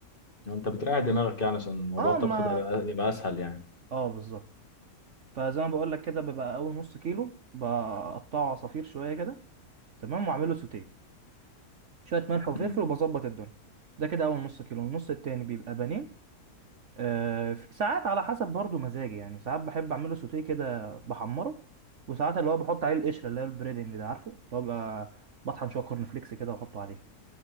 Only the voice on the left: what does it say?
انت بتريح دماغك يعني عشان موضوع
الطبخ
ده يبقى, يبقى اسهل يعني
مم.